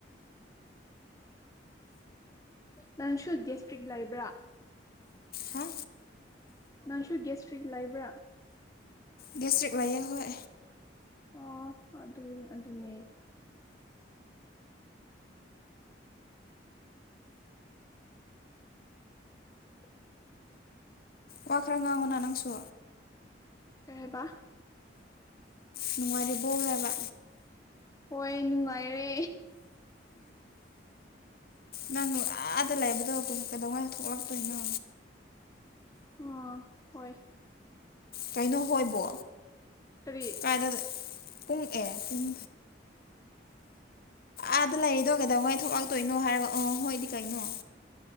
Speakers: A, on the left; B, on the left.
A: ꯅꯪꯁꯨ ꯗꯤꯁꯇ꯭ꯔꯤꯛ ꯂꯩꯕ꯭ꯔꯥ
B: ꯍꯥ
A: ꯅꯪꯁꯨ ꯒꯦꯁꯇ꯭ꯔꯤꯛ ꯂꯩꯕ꯭ꯔꯥ
B: ꯒꯦꯁꯇ꯭ꯔꯤꯛ ꯂꯩꯌꯦ ꯍꯣꯏ
A: ꯑꯣ ꯑꯗꯨꯅꯦ ꯑꯗꯨꯅꯦ ꯑꯟꯑꯣꯗꯤꯕꯜ
B: ꯋꯥ ꯈꯔ ꯉꯥꯡꯉꯣꯅꯥ ꯅꯪꯁꯨ
A: ꯀꯩ ꯍꯥꯏꯕ
B: ꯅꯨꯡꯉꯥꯏꯔꯤꯕꯣ ꯍꯥꯏꯕ
A: ꯍꯣꯏ ꯅꯨꯡꯉꯥꯏꯔꯦ
B: ꯅꯪꯅ ꯑꯥꯗ ꯂꯥꯏꯕꯗꯣ ꯀꯩꯗꯧꯉꯩ ꯊꯣꯛꯂꯛꯇꯣꯏꯅꯣ
A: ꯑ ꯍꯣꯏ
B: ꯀꯩꯅꯣ ꯍꯣꯏꯕꯣ
A: ꯀꯔꯤ
B: ꯀꯥꯏꯗ ꯄꯨꯡ ꯑꯦ ꯄꯨꯡ ꯑꯥꯗ ꯂꯩꯔꯤꯗꯣ ꯀꯩꯗꯧꯉꯩ ꯊꯣꯛꯂꯛꯇꯣꯏꯅꯣ ꯍꯥꯏꯔꯒ ꯑ ꯍꯣꯏ ꯑꯗꯤ ꯀꯩꯅꯣ